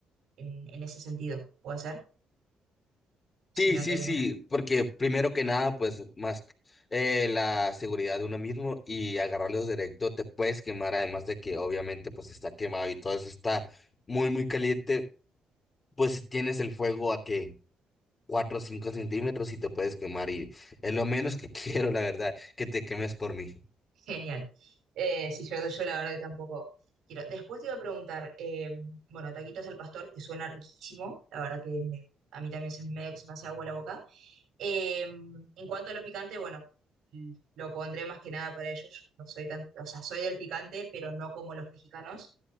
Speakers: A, on the right; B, on the left.
A: en, en ese sentido. ¿Puede ser? Si
B: Sí,
A: no
B: sí,
A: entendemos.
B: sí, porque primero que nada, pues más eh, la seguridad de uno mismo y agarrarlos directo te puedes quemar, además de que obviamente pues está quemado y todo eso está muy, muy caliente, pues si tienes el fuego a que 4 o 5 centímetros y te puedes quemar y es lo menos que <laughs> quiero, la verdad, que te quemes por mí.
A: Genial. Eh, sí, yo, yo la verdad que tampoco quiero. Después te iba a preguntar, eh, bueno, taquitos al pastor, que suena riquísimo, la verdad que me- a mí también se, medio que se me hace agua la boca. Eh, en cuanto a lo picante, bueno, mm, lo pondré más que nada para ellos. No soy tan, o sea, soy del picante, pero no como los mexicanos.